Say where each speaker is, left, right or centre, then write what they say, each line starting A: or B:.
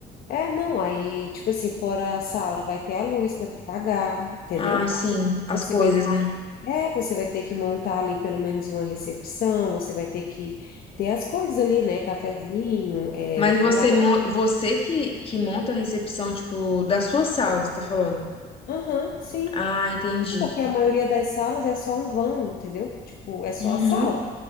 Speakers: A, on the left; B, on the left.
A: É, não, aí, tipo assim, fora a sala, vai ter a luz para tu pagar, entendeu?
B: Ah, sim, as
A: Você
B: coisas,
A: vai ter
B: né?
A: que, é, você vai ter que montar ali pelo menos uma recepção, você vai ter que ter as coisas ali, né? Cafezinho, é,
B: Mas
A: bolacha.
B: você, mon- você que, que monta a recepção, tipo, da sua sala, você tá falando?
A: Aham, sim.
B: Ah, entendi.
A: É Porque a maioria das salas é só um vão, entendeu? Tipo, é só
B: Uhum.
A: a sala.